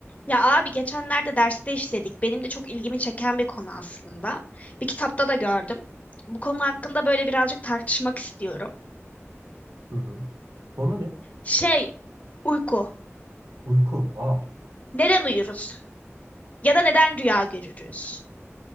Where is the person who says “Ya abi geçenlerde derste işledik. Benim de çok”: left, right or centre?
Left